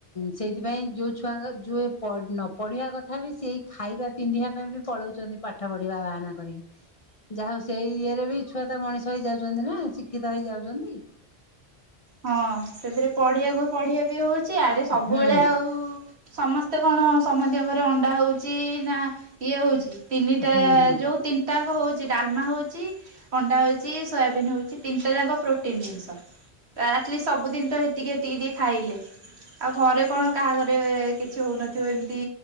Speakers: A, on the left; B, on the right.
A: ସେଇଥିପାଇଁ ଯୋଉ ଛୁଆଙ୍କ ଯୁଏ ନ ପ ପଢ଼ିବା କଥା ବି ସେଇ ଖାଇବା ପିନ୍ଧିବା ପାଇଁ ବି ପଳଉଚନ୍ତି ପାଠ ପଢ଼ିବା ବାହାନା କରିକି। ଯା ହଉ ସେଇ ଇଏରେ ବି ଛୁଆ ତ ମଣିଷ ହେଇଯାଉଚନ୍ତି ନାଁ ଶିକ୍ଷିତ ହେଇଯାଉଚନ୍ତି।
B: ହଁ ସେଥିରେ ପଢ଼ିଆକୁ ପଢ଼ିଆ ବି ହଉଚି ୟାଡ଼େ ସବୁବେଳେ
A: ହୁଁ
B: ଆଉ ସମସ୍ତେ କଣ ସମତିଙ୍କ ଘରେ ଅଣ୍ଡା ହଉଚି ନା ଇଏ ହଉଚି? ତିନିଟା
A: ହୁଁ ହୁଁ।
B: ଯୋଉ ତିନ୍ ତାଆଙ୍କ ହୋଉଚି ଡାଲମା ହୋଉଚି ଅଣ୍ଡା ହୋଉଚି ସୋୟାବିନ୍ ହୋଉଚି ତିନିଟା ଯାକ ପ୍ରୋଟିନ୍ ଜିନିଷ। ଆ ଆଲିଷ୍ଟ୍ ସବୁଦିନ ତ ହେତିକି ହେତିକି ଟିକେ ଖାଇଲେ। ଆଉ ଘରେ କଣ କାହା ଘରେ କିଛି ହୋଉନଥିବ ଏମତି